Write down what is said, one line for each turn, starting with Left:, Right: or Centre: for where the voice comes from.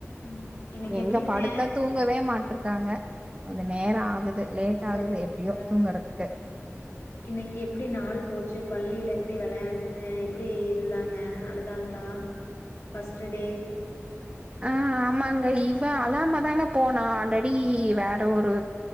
Left: ம் இன்னைக்கு
Right: எங்க
Left: எப்டிங்க
Right: படுத்தா தூங்கவே மாட்ருக்காங்க கொஞ்ச நேர ஆகுது லேட் ஆகுது
Left: சரி
Right: எப்டியோ
Left: அஹ்
Right: தூங்கறதுக்கு
Left: இன்னைக்கு எப்படி நாள் போச்சு பள்ளில் எப்படி விளையா அஹ் எப்படி இருந்தாங்க அழுதாங்களா பஸ்ட்டு டே
Right: ஆஹ் ஆமாங்க இவ அலாம தாங்க போனா ஆல்ரெ அப்டி வேற ஒரு